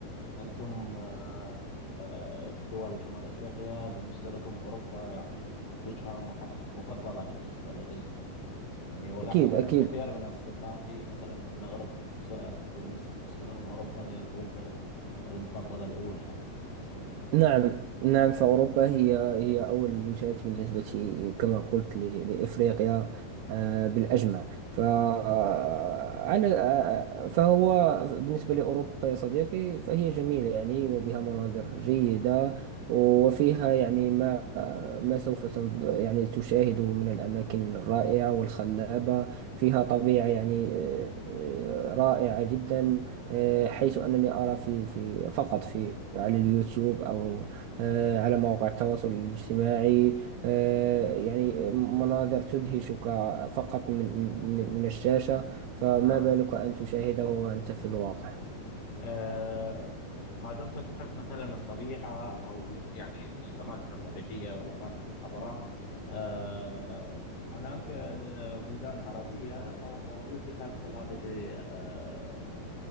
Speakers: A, on the left (about 75°); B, on the right (about 85°).
A: أنتم آه، آه، دول شمال أفريقيا بالنسبة لكم أوروبا يعني وجهة مح- مفضلة بالنسبة لديكم يعني ألاحظ
B: أكيد أكيد
A: أن كثير من أصدقائي مثلا من المغرب من الجزائر من تونس بالنسبة لهم أوروبا هي الوجهة المفضلة الأولى يعني بالنسبة لكم
B: نعم نعم فأوروبا هي هي أول الوجهات بالنسبة كما قلت ل- لإفريقيا آه، بالأجمع فعلى فهو بالنسبة لأوروبا يا صديقي فهي جميلة يعني وبها مناظر جيدة وفيها يعني ما ما سوف تنظ- يعني تشاهده من الأماكن الرائعة والخلابة فيها طبيعة يعني آه، آه، رائعة جدا آه، حيث أنني أرى في في فقط في على اليوتيوب أو آه، على مواقع التواصل الاجتماعي آه، يعني مناظر تدهشك فقط من من من الشاشة فما
A: نعم
B: بالك أن تشاهده وأنت في الواقع
A: آه ما دمت تحب مثلا الطبيعة أو يعني الأماكن الطبيعية والأماكن الخضراء آه هناك آه، بلدان عربية مو- موجود بها مثل هذه آه